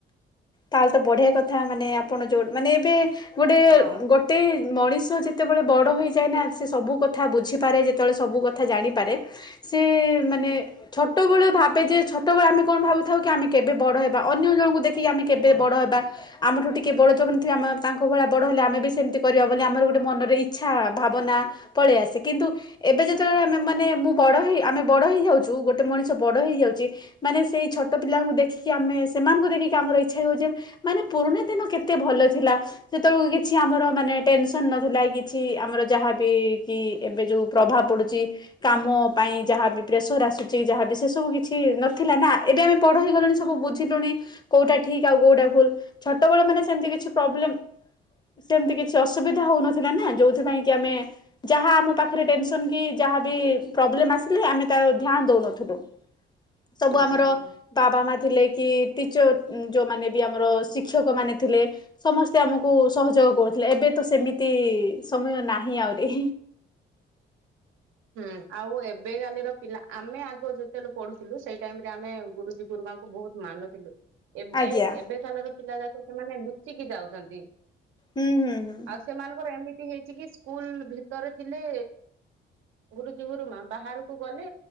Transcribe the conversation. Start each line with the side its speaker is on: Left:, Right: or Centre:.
Left: ତାହେଲେ ତ ବଢିଆ କଥା ମାନେ ଆପଣ ଯୋଉ ମାନେ ଏବେ ଗୋଟେ
Right: ହଁ
Left: ଗୋ ଟେ ମଣିଷ ଯେତେବେଳେ ବଡ଼ ହୋଇଯାଏ ନା ସେ ସବୁ କଥା ବୁଝିପାରେ ଯେତେବେଳେ ସବୁ କଥା ଜାଣିପାରେ। ସେ ମାନେ ଛୋଟବେଳୁ ଭାବେ ଯେ ଛୋଟବେଳେ ଆମେ କଣ ଭାବୁଥାଉ କି ଆମେ କେବେ ବଡ ହେବା ଅନ୍ୟ ଜଣଙ୍କୁ ଦେଖିକି ଆମେ କେବେ
Right: ହଉ।
Left: ବଡ ହେବା? ଆମଠୁ ଟିକିଏ ବଡ଼ ଯୋଉମାନେ ଥିବ ଆମ ତାଙ୍କ ଭଳିଆ ବଡ଼ ହେଲେ ଆମେ ବି ସେମିତି କରିବା ବୋଲି ଆମର ଗୋଟେ ମନରେ ଇଚ୍ଛା ଭାବନା ପଳିଆସେ କିନ୍ତୁ ଏବେ ଯେତେବେଳେେ
Right: ହଁ।
Left: ଏ ମାନେ ମୁଁ ବଡ଼ ହେଇ ଆମେ ବଡ଼ ହେଇଯାଇଯାଉଚୁ ଗୋଟେ ମଣିଷ ବଡ଼ ହେଇଯାଉଚି। ମାନେ ସେଇ ଛୋଟ ପିଲାଙ୍କୁ ଦେଖିକି ଆମେ ସେମାନଙ୍କୁ ଦେଖିକି ଆମର ଏଇ ଇଚ୍ଛା ହୋଉଚି ମାନେ ପୁରୁଣା ଦିନ କେତେ ଭଲ ଥିଲା। ସେତେବେଳକୁ କିଛି ଆମର ମାନେ ଟେନସନ ନଥିଲା କିଛି ଆମର ଯାହାବି କି ଏବେ ଯୋଉ ପ୍ରଭାବ ପଡ଼ୁଚି। କାମ ପାଇଁ ଯାହାବି ପ୍ରେସର ଆସୁଚି ଯାହାବି ସେ ସବୁ କିଛି ନଥିଲା ନା ଏବେ ଆମେ ବଡ ହେଇଗଲେଣି ସ ସବୁ ବୁଝିଲୁଣି କୋଉଟା ଠିକ ଆଉ କୋଉଟା ଭୁଲୁ। ଛୋଟବେଳ ମାନେ ସେମତି କିଛି ପ୍ରୋବ୍ଲେମ ସେମତି କିଛି ଅସୁବିଧା ହୋଉନଥିଲା ନା ଯୋଉଥିପାଇଁଙ୍କି ଆମେ ଯାହା ଆମ ପାଖରେ ଟେନସନ କି ଯାହାବି ପ୍ରବ୍ଲେମ ଆସିଲେ ଆମେ ତା ଧ୍ୟାନ ଦୋଉନଥିଲୁ। ସବୁ
Right: ଆଜ୍ଞା
Left: ଆମର
Right: ଆଜ୍ଞା।
Left: ବାବା ମା ଥିଲେ କି ଟିଚର ଯେଉଁମାନେ ବି ଆମର ଶିକ୍ଷକମାନେ ଥିଲେ। ସମସ୍ତେ ଆମକୁ ସହଯୋଗ କରୁଥିଲେ ଏବେ ତ ସେମିତି ସମୟ ନାହିଁ ଆହୁରି।
Right: ହୁଁ ଆଉ ଏବେ କାଲିର ପିଲା ଆମେ ଆଗ ଯେତେବେଳୁ ପଢୁଥିଲୁ ସେଇ ଟାଇମ ରେ ଆମେ ଗୁରୁଜୀ ଗୁରୁମା ଙ୍କୁ ବହୁତ ମାନୁଥିଲୁ। ଏବେ
Left: ଆଜ୍ଞା
Right: ଏବେକାଲର ପିଲା ଯାକ ସେମାନେ ଲୁଚିକି ଯାଉଚନ୍ତି।
Left: ହୁଁ ହୁଁ ହୁଁ।
Right: ଆଉ ସେମାନଙ୍କର ଏମିତି ହେଇଚି କି ସ୍କୁଲ ଭିତରେ ଥିଲେ ଗୁରୁଜୀ ଗୁରୁମା ବାହାରକୁ ଗଲେ